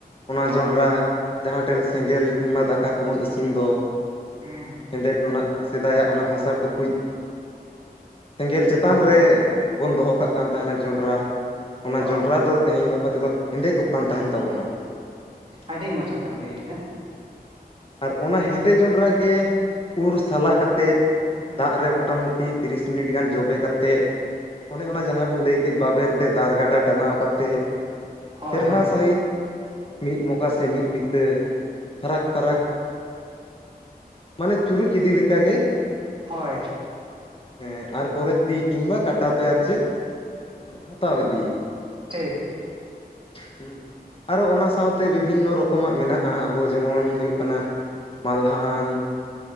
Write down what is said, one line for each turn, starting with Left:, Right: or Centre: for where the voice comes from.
Left: ᱚᱱᱟ
Right: ᱦᱳᱭ
Left: ᱡᱚᱸᱰᱨᱟ ᱡᱟᱦᱟᱸ ᱴᱷᱮᱱ ᱥᱮᱸᱜᱮᱞ ᱠᱤᱢᱵᱟ ᱫᱟᱠᱟ ᱠᱚᱵᱚᱱ ᱤᱥᱤᱱ ᱫᱚ
Right: ᱦᱩᱸ
Left: ᱦᱮᱸᱫᱮ ᱴᱚᱱᱟᱜ ᱥᱮᱫᱟᱭᱟᱜ ᱚᱱᱟ ᱦᱟᱥᱟ ᱴᱩᱠᱩᱡ ᱥᱮᱸᱜᱮᱞ ᱪᱮᱛᱟᱱ
Right: ᱦᱳᱭ
Left: ᱨᱮᱵᱚᱱ ᱫᱚᱦᱚ ᱠᱟᱜ ᱠᱟᱱ ᱛᱟᱦᱮᱱᱟ ᱡᱚᱸᱰᱨᱟ ᱚᱱᱟ
Right: ᱦᱳᱭ
Left: ᱡᱚᱸᱰᱨᱟ ᱫᱚ ᱛᱮᱦᱮᱧ ᱜᱟᱯᱟ ᱛᱮᱫᱚ ᱦᱮᱸᱫᱮ ᱠᱚᱜ ᱠᱟᱱ ᱛᱟᱦᱮᱱ ᱛᱟᱵᱚᱱᱟ ᱾
Right: ᱟᱹᱰᱤ ᱢᱚᱸᱡᱽ ᱠᱟᱛᱷᱟ ᱵᱮᱢ ᱞᱟᱹᱭ ᱠᱮᱫᱟ᱾
Left: ᱟᱨ ᱚᱱᱟ ᱦᱮᱸᱫᱮ ᱡᱚᱸᱰᱨᱟ ᱜᱮ ᱩᱨ ᱥᱟᱞᱟ ᱠᱟ ᱠᱟᱛᱮᱫ ᱫᱟᱜ ᱨᱮ ᱢᱚᱴᱟᱢᱩᱴᱤ ᱛᱤᱨᱤᱥ ᱢᱤᱱᱤᱴ ᱜᱟᱱ ᱡᱚᱵᱮ ᱠᱟᱛᱮᱫ ᱚᱱᱮ ᱚᱱᱟ ᱡᱟᱦᱟᱸ ᱵᱮᱱ ᱞᱟᱹᱭ ᱠᱮᱫ ᱵᱟᱵᱮᱨ ᱛᱮ ᱫᱟᱨ ᱜᱟᱰᱟ ᱴᱟᱱᱟᱣ ᱠᱟᱛᱮᱫ
Right: ᱦᱳᱭ
Left: ᱪᱮᱨᱦᱟ
Right: ᱦᱳᱭ
Left: ᱥᱟᱺᱦᱤᱡ ᱢᱤᱫ ᱢᱚᱠᱟ ᱥᱮ ᱢᱤᱫ ᱵᱤᱛᱟᱹ ᱯᱷᱟᱨᱟᱠ ᱯᱷᱟᱨᱟᱠ ᱢᱟᱱᱮ ᱪᱩᱨᱩᱡ ᱤᱫᱤ ᱞᱮᱠᱟᱜᱮ
Right: ᱦᱳᱭ
Left: ᱦᱮᱸ ᱟᱨᱯᱚᱨᱮ ᱛᱤ ᱠᱤᱢᱵᱟ ᱠᱟᱴᱟ ᱛᱮ ᱟᱨ ᱪᱮᱫ ᱚᱱᱟᱢ ᱦᱟᱛᱟᱣ ᱤᱫᱤ
Right: ᱴᱷᱤᱠ
Left: ᱦᱩᱸ ᱟᱨᱚ ᱚᱱᱟ ᱥᱟᱶᱛᱮ ᱵᱤᱵᱷᱤᱱᱱᱚ ᱨᱚᱠᱚᱢᱟᱜ ᱢᱮᱱᱟᱜᱼᱟ ᱟᱵᱚ ᱡᱮᱢᱚᱱ ᱦᱩᱭᱩᱜ ᱠᱟᱱᱟ᱾ ᱢᱟᱞᱦᱟᱱ